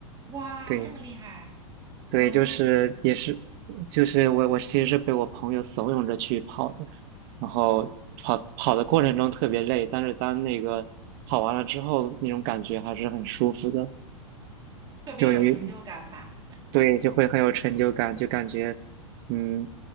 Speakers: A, on the right; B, on the right.
A: 哇，
B: 对，
A: 这么厉害
B: 对，
A: 哦，
B: 就是也是就是我我其实是被我朋友怂恿着去跑的，然后跑跑的过程中特别累，但是当那个跑完了之后，那种感觉还是很舒服的，
A: 特别有成就感吧？
B: 就有一对，就会很有成就感，就感觉，嗯，